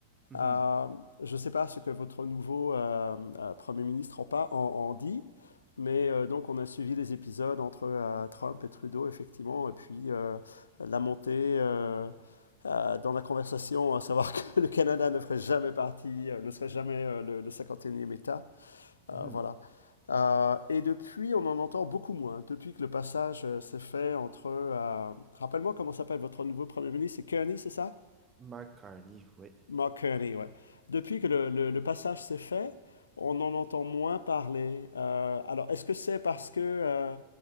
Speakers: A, on the right; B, on the left.
A: Mhm.
B: Euh, je ne sais pas ce que votre nouveau euh, euh, Premier ministre en, pa- en- en dit, mais euh, donc on a suivi les épisodes entre euh, Trump et Trudeau, effectivement, et puis euh, la montée euh, euh, dans la conversation, à savoir <laughs> que le Canada ne ferait jamais partie, euh, ne serait jamais euh, le, le 51e État.
A: Mhm.
B: Euh, voilà. Euh, et depuis, on en entend beaucoup moins. Depuis que le passage euh, s'est fait entre... euh, rappelle-moi comment s'appelle votre nouveau Premier ministre, c'est Kearney, c'est ça?
A: Mark Carney, oui.
B: Mark Kearney, ouais. Depuis que le, le- le passage s'est fait, on en entend moins parler. Euh, alors, est-ce que c'est parce que euh,